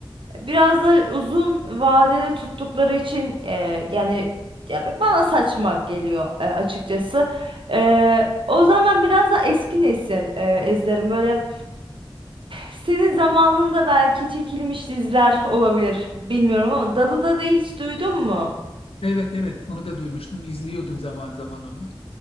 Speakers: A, on the right; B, on the left.
A: Biraz da uzun vadede tuttukları için e, yani ya bi- bana saçma geliyor e, açıkçası. E, o zaman ben biraz da eski nesil e, izlerim. Böyle senin zamanında belki çekilmiş diziler olabilir. Bilmiyorum ama Dadı Dadı'yı hiç duydun mu?
B: Evet evet onu da duymuştum. İzliyordum zaman zaman onu.